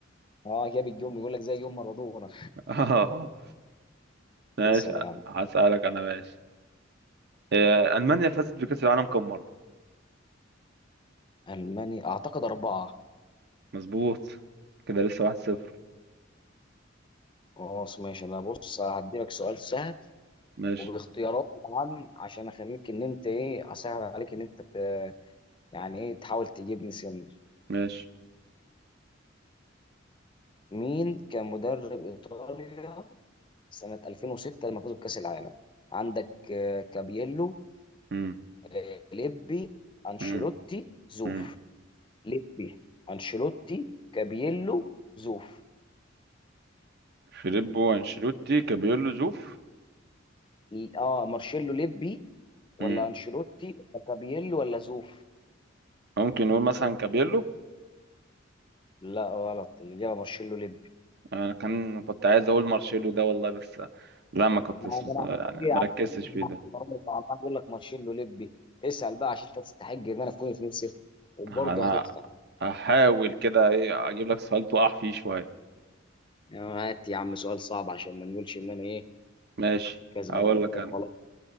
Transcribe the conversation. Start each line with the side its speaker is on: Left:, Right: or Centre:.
Left: اه جاب الجون بيقول لك زي يوم مارادونا
Right: <laughs> اه ماشي
Left: <laughs> اسأل يا عم
Right: هسألك انا ماشي آه، ألمانيا فازت بكأس العالم كم مرة
Left: ألماني أعتقد أربعة
Right: مظبوط كده لسه واحد صفر
Left: خلاص ماشي أنا بص هديلك سؤال سهل
Right: ماشي
Left: وباختيارات طبعا عشان أخليك إن أنت إيه أسهل عليك إن أنت ت- يعني إيه تحاول تجيبني سن
Right: ماشي
Left: مين كان مدرب إيطاليا سنة 2006 لما فازوا بكأس العالم عندك آه، كابيلو
Right: مم.
Left: آه، ليبي انشيلوتي
Right: مم.
Left: زوف
Right: مم.
Left: ليبي انشيلوتي كابييلو زوف
Right: فيليبو انشيلوتي كابيلو زوف
Left: ل- اه مارشيلو ليبي ولا
Right: مم.
Left: انشيلوتي ولا كابييلو ولا زوف
Right: ممكن نقول مثلا كابيلو
Left: لا غلط الاجابه مارشيلو ليبي
Right: انا كان كنت عايز اقول مارشيلو ده والله بس لا ما كنت
Left: ما ده انا
Right: يعني
Left: عمال
Right: ما
Left: عمال-
Right: ركزتش فيه ده
Left: عمال عمال اقول لك مارشيلو ليبي اسال بقى عشان انت تستحق ان انا اكون 2-0 وبرضه
Right: انا
Left: هتدفع
Right: هحاول كده ايه اجيب لك سؤال تقع فيه شويه
Left: يعني هات يا عم سؤال صعب عشان ما نقولش ان انا ايه
Right: ماشي
Left: كسبان
Right: هقول لك
Left: كده وخلاص
Right: انا